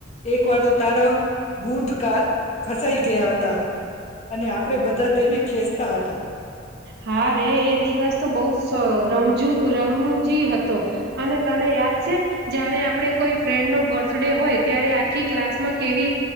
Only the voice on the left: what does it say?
એક વાર તો તારા બૂટ કાળ ફસાઈ ગયા તા અને આપણે બધા તેને ખેંચતા હતા.